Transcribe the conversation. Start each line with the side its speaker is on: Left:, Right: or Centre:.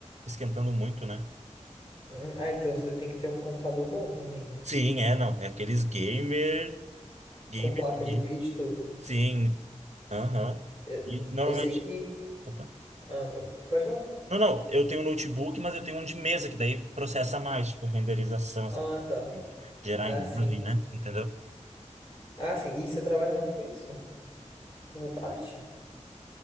Right: esquentando muito, né?
Left: Uhum. Ah, então você tem que ter um computador bom também, né?
Right: Sim, é, não. É aqueles gamers Gamer,
Left: Com placa
Right: gamer.
Left: de vídeo e tudo.
Right: Sim. Aham.
Left: Eu,
Right: E normalmente.
Left: eu sei que.
Right: Opa.
Left: Ah, po- pode falar?
Right: Não, não, eu tenho um notebook, mas eu tenho um de mesa, que daí processa mais, tipo, renderização, essa...
Left: Ah, tá.
Right: gerar
Left: Ah,
Right: imagem,
Left: sim.
Right: né? Entendeu?
Left: Ah, sim. E você trabalha muito com isso? Com essa parte?